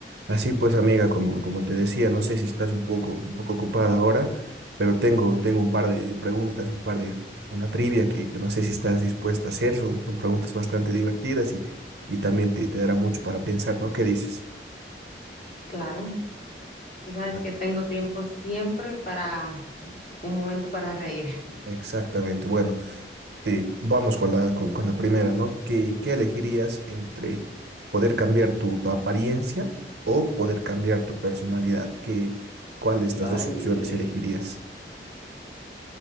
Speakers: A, on the right; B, on the left.
A: Así pues, amiga, como, como te decía, no sé si estás un poco, un poco ocupada ahora, pero tengo, tengo un par de, de preguntas, un par de, una trivia que, que no sé si estás dispuesta a hacer. Son, son preguntas bastante divertidas y, y también te, te darán mucho para pensar, ¿no? ¿Qué dices?
B: Claro, tú sabes
A: A
B: que
A: ver.
B: tengo tiempo siempre para un momento para reír.
A: Exactamente. Bueno, te, vamos con la, con, con la primera, ¿no? ¿Qué, qué elegirías entre poder cambiar tu, tu apariencia o poder cambiar tu personalidad? ¿Qué, cuál de estas
B: <laughs>
A: dos
B: Ay,
A: opciones elegirías?